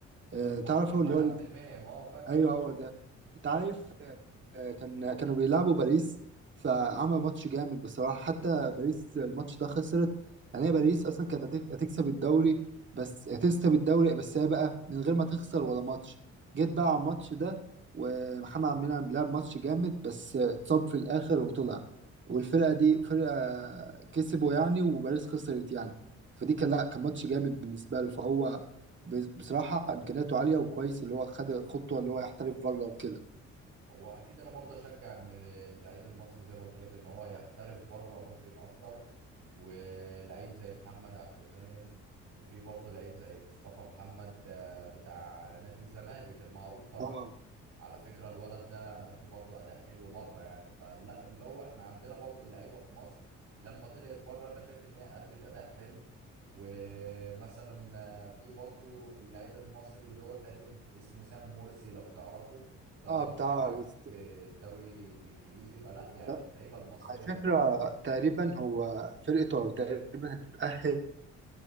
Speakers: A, on the right; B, on the right.
A: آه،
B: اللي
A: تعرف
B: هو محمد
A: هو اللي هو
B: عبد المنعم اه فاكره
A: ايوه هو ده انت عارف آه، كان كانوا بيلعبوا باريس فعمل ماتش جامد بصراحه حتى باريس الماتش ده خسرت يعني هي باريس اصلا كانت هتك- هتكسب الدوري بس هتكسب الدوري بس هي بقى من غير ما تخسر ولا ماتش جيت بقى على الماتش ده ومحمد عبد المنعم لعب ماتش جامد بس اتصاب في الاخر وطلع والفرقه دي فرقه كسبوا يعني وباريس خسرت يعني فدي كان لا كان ماتش جامد بالنسبه له فهو ب- بصراحة إمكانياته عالية وكويس اللي هو خد خطوة اللي هو يحترف بره وكده
B: هو اكيد انا برضه اشجع ان اللعيب المصري زي ما قلت لك ان هو يحترف بره ممكن اكتر ولعيب زي محمد عبد المنعم وفي برضه لعيب زي مصطفى محمد آه، بتاع نادي الزمالك المعروف طبعا
A: اه
B: على فكرة الولد ده مأدي برضه اداء حلو بره يعني فلا اللي هو احنا عندنا برضه اللعيبة في مصر لما طلعت بره انا شايف ان هي ادت اداء حلو ومثلا آه، في برضه اللعيب المصري اللي هو تقريبا اسمه سام مرسي لو تعرفه ده
A: اه
B: برضه
A: بتاع
B: بيلعب
A: وست...
B: في الدوري الانجليزي فلا يعني
A: لا،
B: اللعيبه المصريه
A: على فكرة
B: لما
A: تقريبا هو فرقته تقريبا هتتأهل